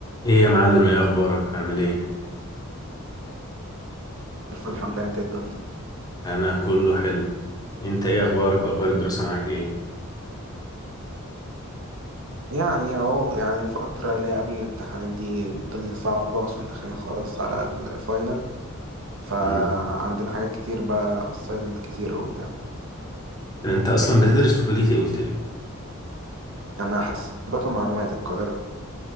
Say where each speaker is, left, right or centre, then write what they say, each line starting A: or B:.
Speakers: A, on the left; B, on the right.
A: ايه يا معلم ايه اخبارك عامل ايه
B: الف الحمد لله انت الدنيا
A: انا كله حلو انت ايه اخبارك واخبار الدراسة معاك ايه
B: يعني إيه اهو يعني الفترة اللي هي قبل الامتحانات دي الدنيا صعبة عشان داخلين خلاص على الفاينل فعندنا
A: مم.
B: حاجات كتير بقى assignment كتير وبتاع
A: انت اصلا بتدرس في كلية ايه قلت لي
B: انا حاسبات ومعلومات القاهرة